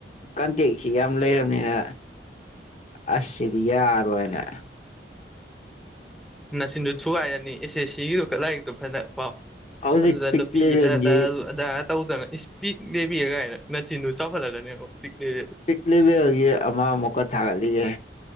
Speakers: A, on the left; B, in the centre.
A: ꯀꯟꯇꯦꯛꯁꯤ ꯌꯥꯝ ꯂꯩꯔꯝꯅꯤꯅ ꯑꯁ ꯁꯤꯗꯤ ꯌꯥꯔꯣꯏꯅꯥ
B: ꯅꯥꯆꯤꯟꯗꯣ ꯊꯨꯒꯥꯏꯔꯅꯤ ꯑꯦꯁ ꯑꯦꯁ ꯁꯤꯒꯤꯗꯣ ꯀ ꯂꯥꯏꯔꯤꯛꯇꯣ ꯐꯅ ꯄꯥꯎ
A: ꯍꯧꯖꯤꯛ
B: ꯑꯗꯨꯗꯥ
A: ꯄꯤꯛ
B: ꯅꯨꯄꯤ
A: ꯂꯦꯚꯦꯟꯒꯤ
B: ꯑꯗꯥ ꯑꯗꯥ ꯇꯧꯗꯅ ꯏꯁ ꯄꯤꯛ ꯕꯦꯕꯤꯑꯦꯒꯥꯏꯅ ꯅꯆꯤꯟꯗꯨ ꯆꯥꯎꯈꯠꯂꯒꯅꯦꯕ ꯄꯤꯛ ꯂꯦꯕꯤ
A: ꯄꯤꯛꯂꯤꯕꯒꯤ ꯑꯃꯥ ꯃꯣꯛꯀꯥ ꯊꯥꯒꯠꯂꯤꯒꯦ